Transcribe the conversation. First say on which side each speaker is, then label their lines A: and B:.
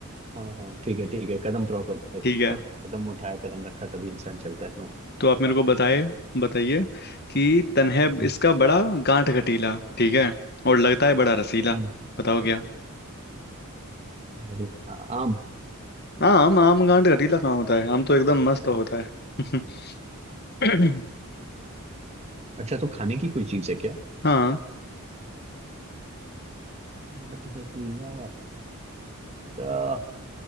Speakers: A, on the right (about 30°); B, on the left (about 45°).
A: हाँ हाँ ठीक है ठीक है कदम प्रॉपर है
B: ठीक है
A: कदम उठाया कदम रखा तभी इंसान चलता है हाँ
B: तो आप मेरे को बताए बताइए कि तन्हे
A: हम्म,
B: इसका बड़ा गांठ घटीला ठीक है और लगता है बड़ा रसीला
A: हम्म,
B: बताओ क्या
A: अरे आ- आम
B: आम आम गांठ घटीला कहाँ होता है आम तो एकदम मस्त होता है <coughs> <laughs>
A: अच्छा तो खाने की कोई चीज है क्या
B: हाँ
A: आठ का केला, ता-